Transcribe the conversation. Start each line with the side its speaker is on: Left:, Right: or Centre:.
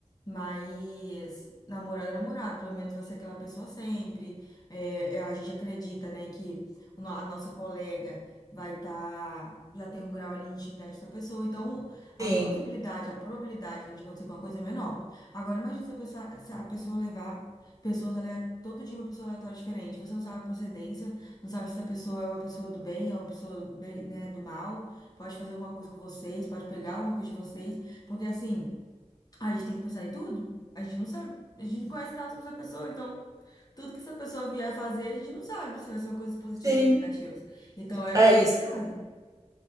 Left: Mas namorado é namorado, pelo menos vai ser aquela pessoa sempre. É, é, a gente acredita, né, que o no- a nossa colega vai estar, já tem um grau ali de intimidade com essa pessoa, então a
Right: Sim,
Left: possibilidade, a probabilidade, né, de acontecer alguma coisa é menor. Agora imagina se a pessoa, se a pessoa levar pessoas aleatórias, todo dia uma pessoa aleatória diferente. Você não sabe a procedência, não sabe se essa pessoa é uma pessoa do bem, é uma pessoa, né, do mal, pode fazer alguma coisa com vocês, pode pegar alguma coisa de vocês, porque assim. A gente tem que pensar em tudo. A gente não sabe. A gente não conhece nada sobre essa pessoa, então tudo que essa pessoa vier fazer, a gente não sabe se vai ser uma coisa positiva
Right: sim,
Left: ou negativa. Então é
Right: é
Left: complicado.
Right: isso.